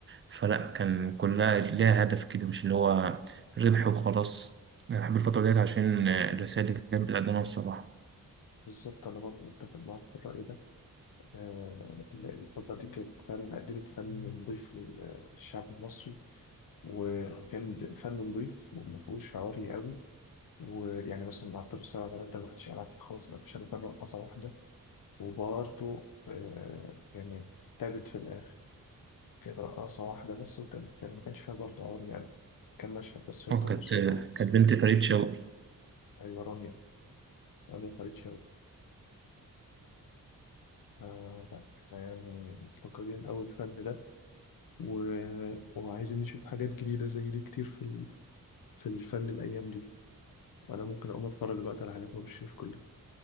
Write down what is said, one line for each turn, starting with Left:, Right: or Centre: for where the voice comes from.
Right: فلا كان كلها ليها هدف كده مش اللي هو ربح وخلاص أنا بحب الفترة ديت عشان آه، الرسائل اللي كانت بتقدمها الصراحة
Left: بالظبط أنا برضه متفق معاك في الرأي ده آه، الفترة دي كانت فعلا قدمت فن نضيف لل- للشعب المصري وكان فن نضيف وما فيهوش عوري قوي ويعني مثلا العطار والسبع بنات ده ما حدش يعرف فيه خالص ما فيش إلا رقصة واحدة وبرضه آه، يعني تعبت في الآخر هي رقاصة واحدة بس وكان كان ما كانش فيها برضه عور يعني كان مشهد بس هي
Right: أه
Left: بترقص
Right: كانت آه،
Left: وخلاص
Right: كانت بنت فريد شوقي
Left: أيوة رانيا رانيا فريد شوقي آه لا احنا يعني مفتقدين أوي الفن ده و... وعايزين نشوف حاجات جديدة زي دي كتير في ال... في الفن الأيام دي وأنا ممكن أقوم أتفرج دلوقتي على حاجات ما بشوف كلها